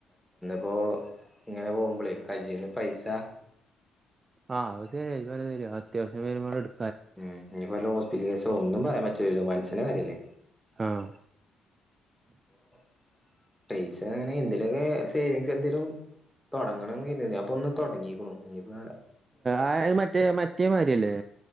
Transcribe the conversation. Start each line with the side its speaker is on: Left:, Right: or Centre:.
Centre: പോ ഇങ്ങനെ പോകുമ്പളെ കൈയ്യിന്ന് പൈസ
Right: ആ അതൊക്കെ <unintelligible> അത്യാവശ്യം വരുമ്പ എടു
Centre: ഉം ഇനി വല്ല ഹോസ്പിറ്റൽ കേസൊ ഒന്നും പറയാൻ പറ്റൂലല്ലോ മനുഷ്യന്റെ കാര്യല്ലേ
Right: ആഹ്‌
Centre: <unintelligible> എനിക്കാണെങ്കി എന്തെലുവോക്കെ സേവിങ്സ് എന്തേലും തൊടങ്ങണോന്ന് എന്ന് കരുതി ഞാൻ അപ്പോ ഒ തൊട്ങ്ങിക്കുണു ഞ്ഞിപ്പം
Right: അ മറ്റേ മറ്റേ മാരിയല്ലേ